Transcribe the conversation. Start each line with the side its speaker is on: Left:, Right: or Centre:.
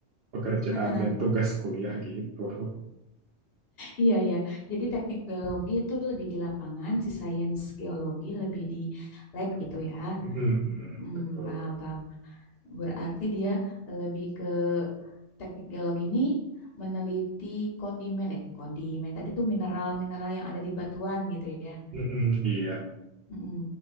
Right: pekerjaan
Left: heeh.
Right: dan tugas kuliah gitu.
Left: iya. iya. Jadi teknik geologi itu lebih di lapangan, si sains geologi lebih di lab gitu ya.
Right: Mm-mm,
Left: Hmm,
Right: betul.
Left: paham, paham. Berarti dia lebih ke teknik geologi ini meneliti kondimen, eh kondimen tadi tuh mineral-mineral yang ada di batuan gitu ya.
Right: Mm-mm, iya.
Left: Mm-mm.